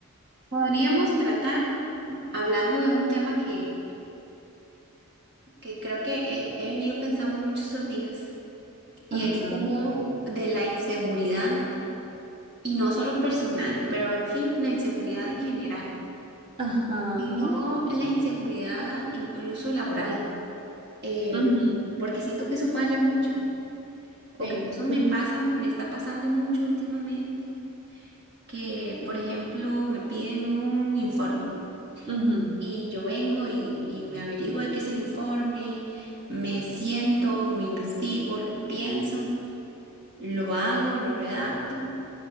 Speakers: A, on the right (about 50°); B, on the right (about 25°).
A: Podríamos tratar hablando de un tema que, que creo que eh, he venido pensando mucho estos días y
B: Ajá,
A: es como de la inseguridad y no solo personal, pero en fin, la inseguridad en general,
B: ajá,
A: sino la inseguridad incluso laboral, eh,
B: Ujú,
A: porque siento que eso falla mucho o
B: sí,
A: que eso me
B: sí,
A: pasa, me está pasando mucho últimamente, que por ejemplo me piden un informe.
B: ujú.
A: Y yo vengo y, y me averiguo de qué es el informe, me siento, me investigo, lo pienso, lo hago, lo redacto,